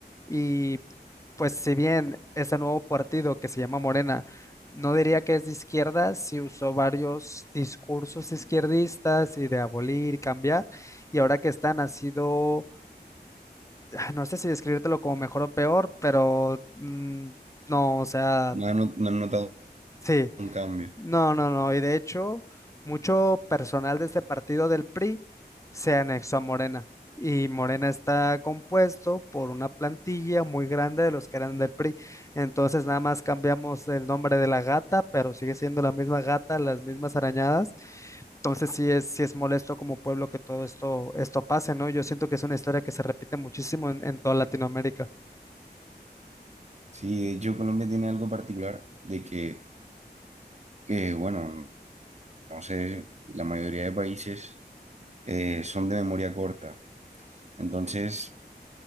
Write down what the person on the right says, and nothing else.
no han no han notado
un cambio.
Sí, de hecho Colombia tiene algo particular de que, que, bueno, no sé, la mayoría de países eh, son de memoria corta. Entonces,